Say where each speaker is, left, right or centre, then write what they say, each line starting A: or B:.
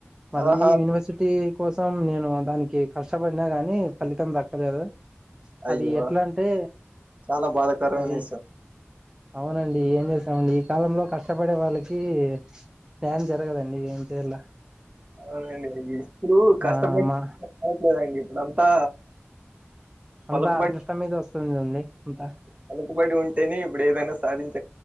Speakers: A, on the right; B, on the right.
A: మళ్ళీ
B: ఆహా
A: యూనివర్సిటీ కోసం నేను దానికి కష్టపడినా గాని ఫలితం దక్కలేదు
B: అయ్యో
A: అదీ ఎట్లా అంటే
B: చాలా బాధాకరమైన
A: అది
B: విషయం
A: అవునండి ఏం చేస్త్ మండి ఈ కాలంలో కష్టపడే వాళ్ళకి పాన్ తిరగదండి ఏ చేల
B: అవునండి అ ఇప్పుడు కష్టపడిటి
A: ఆ మా
B: రావట్లేదండి ఇప్పుడంతా
A: అంతా
B: పలుకుబడి
A: అదృష్టం మీద వస్తుందండి అంతా
B: పలుకుబడి ఉంటేనే ఇప్పుడు ఏదైనా సాధించ్